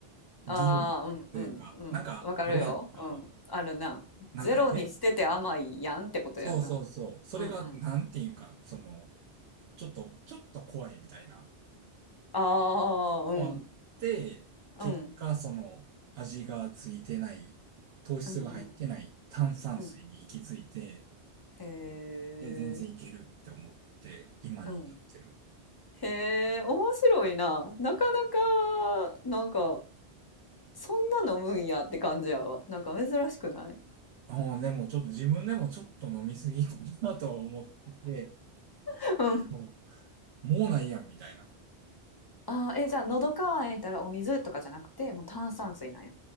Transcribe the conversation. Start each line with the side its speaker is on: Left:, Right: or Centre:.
Left: ああ、
Right: 議論というか、
Left: うん、うん、うん。
Right: なんかあるやんか。
Left: わかるよ。うん、あるな。
Right: なんかで、
Left: ゼロにしてて甘いやんってことやんな。
Right: そうそうそう。それが、
Left: うん、うん。
Right: なんていうんか、その、ちょっと、ちょっと怖いみたいな。
Left: ああ、うん、
Right: もあって、
Left: うん、
Right: 結果、その、味がついてない、糖質が入ってない炭酸水に行き着いて、
Left: うん、うん、うん。へえ、
Right: で、全然いけるって思って、今に至ってる。
Left: うん。へえ、面白いな。なかなか、なんか、そんな飲むんやって感じやわ。なんか珍しくない
Right: ああ、でもちょっと自分でもちょっと飲みすぎたなとは思ってて、
Left: <laughs> うん。
Right: もう、もうないやんみたいな。
Left: あー、え、じゃあ、喉乾いたらお水とかじゃなくて、もう炭酸水なんや。